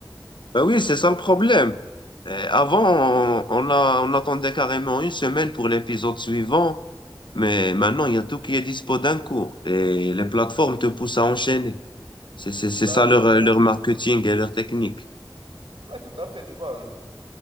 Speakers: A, on the left (about 70°); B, on the right (about 85°).
A: Ben oui, c'est ça le problème. Euh, Avant, on, on a, on attendait carrément une semaine pour l'épisode suivant, mais maintenant, il y a tout qui est dispo d'un coup et les plateformes te poussent à enchaîner. C'est, c'est, c'est
B: Bah
A: ça
B: oui,
A: leur,
B: tout
A: leur
B: à
A: marketing
B: fait.
A: et leur technique.
B: Ouais, tout à fait, tu vois.